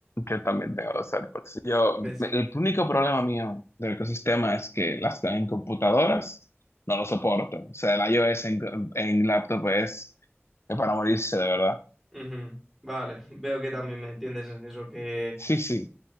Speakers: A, on the left; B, in the centre.
A: yo también tengo los AirPods. Yo,
B: ¿Ves?
A: el único problema mío del ecosistema es que las que hay en computadoras no lo soporto. O sea, el iOS en, en laptop es, es para morirse, de verdad.
B: Ujú. Vale, <laughs> veo que también me entiendes en eso, que
A: Sí, sí,